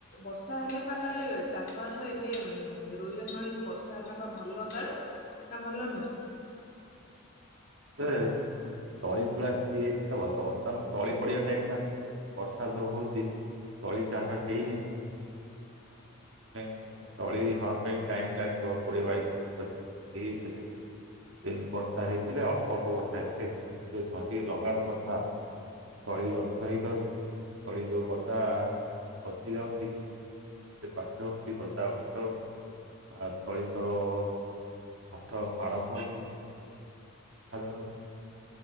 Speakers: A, on the left; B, on the right.
A: ବର୍ଷା ହେଲେ ପା କାଳେ ଚାଷ ବାସ ଏବେ ରୋଇବା ସମୟରେ ଯଦି, ବର୍ଷା ହେଲା ବା ଭଲ କାଳେ ନା ଭଲ ନୁହେଁ?
B: ଦେ ତଳି ତୁଳା ହେଇଯାଇଥିଲେ ଭଲ। ବର୍ତ୍ତମାନ ତଳି ପଡିବା ଟାଇମ୍ ଟା ବର୍ଷା ତ ହଉଛି। ତଳି କାହାର ହେଇନି। ଅଁ ସେଥିପାଇଁ ହୁଁ, ତଳି ହବା ପାଇଁ ଟାଇମ୍ ଲାଗିବ। କୋଡିଏ ବାଇଶଦିନ କରିକି ହେଇଥିଲେ। ଏଇନେ ବର୍ଷ ବର୍ଷା ହେଇଥିଲେ ଅଳ୍ପ ଅଳ୍ପ ବର୍ଷା ହେଇଥିଲେ ହେଇଥାନ୍ତା। ଏଇ ଯଉ ଝଡ଼ି ଲଗାଣ ବର୍ଷା ତଳି ଗଛ ହେଇପାରୁନି? ତଳି ଯଉ ଗଦା ପଚି ଯାଉଛି। ସେଠି ପାଣି ରହୁଛି ଗଜା ଉଠି ପାରୁନି। ଆଉ ତଳି ତ ମଠ ମାଡ ଖାଉଛି। ଦେଖାଯାଉ।